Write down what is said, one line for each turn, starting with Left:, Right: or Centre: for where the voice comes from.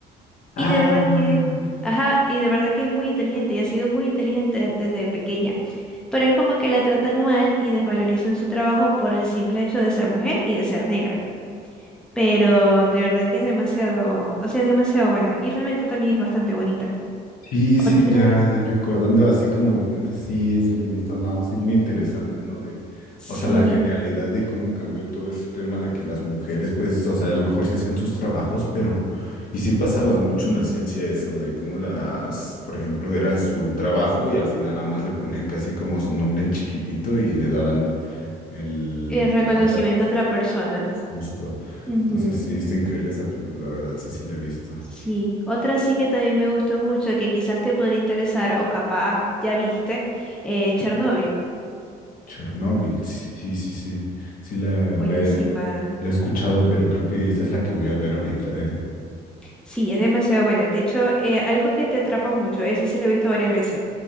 Left: Ah.
Centre: Y de verdad que, ajá, y de verdad que es muy inteligente y ha sido muy inteligente desde pequeña pero es como que la tratan mal y desvalorizan su trabajo por el simple hecho de ser mujer y de ser negra. Pero de verdad que es demasiado, o sea, es demasiado buena y realmente también es bastante bonita.
Left: Sí,
Centre: Otra,
Left: sí, ya, ya recordando así como lo cuentas, sí, sí lo he visto, no, sí, muy interesante, ¿no? De,
Centre: sí,
Left: o sea, la genialidad de cómo cambió todo ese tema de que las mujeres, pues, o sea, a lo mejor sí hacían sus trabajos, pero, y sí pasaba mucho
Centre: sí,
Left: en la ciencia eso, de cómo las, por ejemplo, eran su trabajo y al final nada más le ponían casi como su nombre en chiquitito y le daban el...
Centre: El reconocimiento
Left: ata-
Centre: a otra persona.
Left: Justo.
Centre: Ujú,
Left: Entonces, sí, está increíble esa película, la verdad, sí, sí la he visto.
Centre: Sí, otra sí que también me gustó mucho, que quizás te podría interesar o capaz ya viste, eh, Chernobyl.
Left: Chernóbil, sí, sí, sí. Sí, la,
Centre: Buenísima.
Left: la, he, la he escuchado, pero creo que esta es la que voy a ver ahorita, ¿eh?
Centre: Sí, es demasiado buena. De hecho, eh, algo que te atrapa mucho, esa sí la he visto varias veces.